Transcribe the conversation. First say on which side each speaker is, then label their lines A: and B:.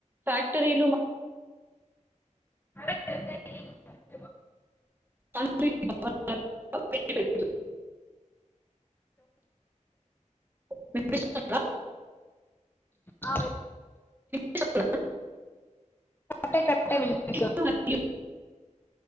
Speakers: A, on the right (about 15°); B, on the left (about 15°).
A: ఫక్టరీలో
B: స
A: <inaudible> పె <inaudible> మీ <inaudible>
B: ఆ
A: <inaudible>
B: క విపి
A: వినిపిస్తుందా? మరియు